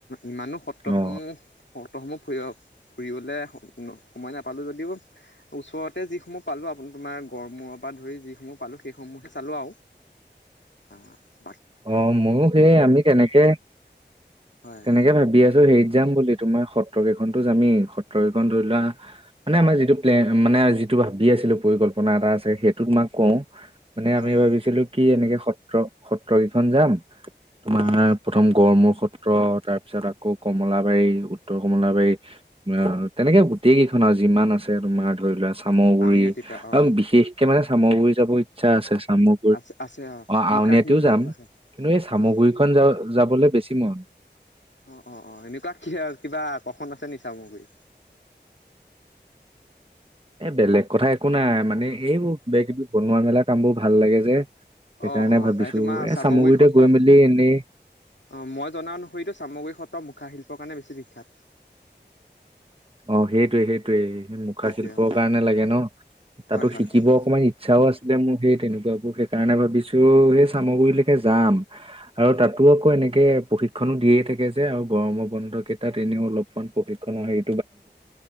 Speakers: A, on the left; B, on the right.
A: ইমানো সত্ৰসমূহ,
B: অ
A: সত্ৰসমূহ ফুৰিব -ফুৰিবলৈ সময় নাপালোঁ যদিও, ওচৰতে যিসমূহ পালো আপু -তোমাৰ গড়মূৰৰ পৰা ধৰি যিসমূহ পালো সেইসমূহে চালো আৰু আওঁ
B: অ ', ময়ো সেই আমি তেনেকে-তেনেকে
A: হয়
B: ভাবি আছো হেৰিত যাম বুলি তোমাৰ সত, সত্ৰ কেইখনতো যে আমি, <unintelligible> মানে আমাৰ যিটো প্লেন মানে যিটো ভাবি আছিলো পৰিকল্পনা এটা আছে, সেইটো তোমাক কওঁ, মানে
A: হয়
B: আমি
A: হয়
B: ভাবিছিলো কি এনেকে, সত্ৰ -সত সত্ৰকীখন যাম, তোমাৰ
A: হয়
B: প্ৰথম গড়মূ্ষত, সত্ৰ তাৰ পিছত আকৌ কমলাবাৰী, উত্তৰ- -কমলাবাৰী অ', তেনেকে গোটেই কেইখন আৰু যিমান আছে তোমাৰ ধৰি লোৱা চামগুৰি
A: আউনীআটীপা অ
B: আৰু বিশেষকে মানে চামৰগুৰি যাব, চা ', আছে। চামগুৰি
A: আছে-আছে অ', মুখা
B: আউনীআটিও
A: শিলপ
B: যাম
A: হয়',
B: কিন্তু
A: -
B: এই চামগুৰিখন
A: হয় ',
B: যা যাবলৈ বেছি মন
A: অ-অ-অ-অ এনেকুৱা কি আৰু কিবা আকৰ্ষণ আছে নেকি? চামুগুৰিত,
B: এ', বেলেগ কথা একো নাই মানে এইবোৰ কিবা - কিবি বনোৱা মেলা কাম বোৰ ভাল লাগে যে', সেইকাৰণে
A: অ অ
B: ভাবিছো
A: তাই তোমাৰ
B: এ
A: চামগুৰি
B: চামগুৰিতে
A: সত্ৰ
B: গৈ মেলি এনেই
A: অ মই জনা অনুসৰিতো চামগুৰি সত্ৰ মুখা শিল্পৰ কাৰণে বেছি বি বিখ্যাত
B: অ সেইটোয়ে সেইটোয়ে মুখা
A: সেইটোৱে
B: শিল্পৰ
A: অ
B: কাৰণে লাগে ন তাতো
A: হয় হয়
B: শিকিব
A: হয়
B: অকণমান ইচ্ছাও আছিলে মোৰ সেই তেনেকুৱাবোৰ সেই সেই কাৰণে ভাবিছো সেই চামগুৰিলৈকে যাম আৰু তাতো আকৌ এনেকে প্ৰশিক্ষনো দিয়ে থাকে যে আৰু গৰমৰ বন্ধ কেইটাত এনেও অলপমান প্ৰশিক্ষনৰ হেৰি